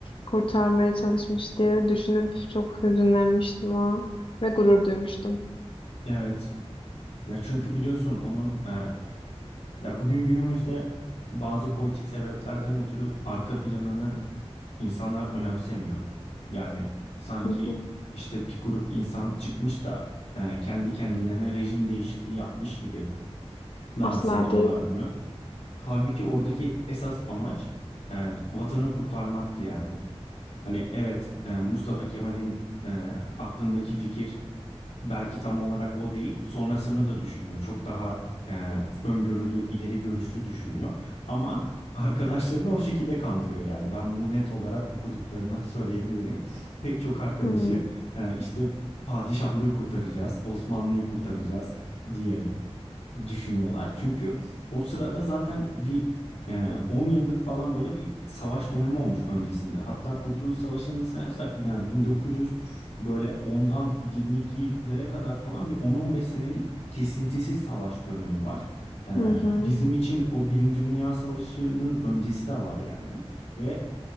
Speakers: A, on the left (about 55°); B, on the left (about 75°).
A: kurtarmaya çalışmış diye düşünüp çok hüzünlenmiştim o an ve gurur duymuştum.
B: Evet. Ya çünkü biliyorsun onun e, ya bugün günümüzde bazı politik sebeplerden ötürü arka planını İnsanlar önemsemiyor. Yani sanki
A: <laughs>
B: işte bir grup insan çıkmış da e, kendi kendilerine rejim değişikliği yapmış gibi lanse
A: Asla
B: ediyorlar
A: değil.
B: bunu. Halbuki oradaki esas amaç e, vatanı kurtarmaktı yani. Hani evet e, Mustafa Kemal'in e, aklındaki fikir belki tam olarak o değil. Sonrasını da düşünüyor. Çok daha e, öngörülü, ileri görüşlü düşünüyor. Ama arkadaşlarını o şekilde kandırıyor yani. Ben bunu net olarak okuduklarından <laughs> söyleyebilirim. Pek çok arkadaşı
A: Hmm.
B: e, işte padişahlığı kurtaracağız, Osmanlı'yı kurtaracağız diye düşünüyorlar. Çünkü o sırada zaten bir e, 10 yıllık falan böyle bir savaş dönemi olmuş öncesinde. Hatta Kurtuluş Savaşı'nı da sayarsak yani 1900 böyle 10'dan 22'lere kadar falan bir 10-15 senelik kesintisiz savaş dönemi var. E,
A: Hı hı.
B: bizim için o Birinci Dünya Savaşı'nın öncesi de var yani. Ve